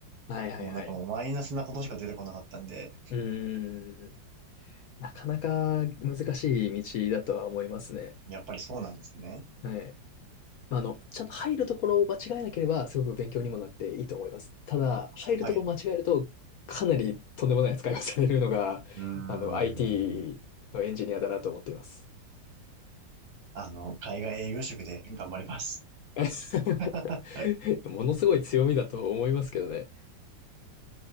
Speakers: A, on the left; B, on the right.
A: はいはいはい。
B: もうなんかもうマイナスなことしか出てこなかったんで、
A: うーん。なかなか難しい道だとは思いますね。
B: やっぱりそうなんですね。
A: はい。まあ、あの、ちゃんと入るところを間違えなければ、すごく勉強にもなっていいと思います。ただ、入るところを間違えると、
B: はい。
A: かなりとんでもない扱いをされるのが、
B: うーん。
A: あの、IT のエンジニアだなと思っています。
B: あの、海外営業職で頑張ります。
A: <laughs>
B: <laughs>
A: ものすごい強みだと思いますけどね。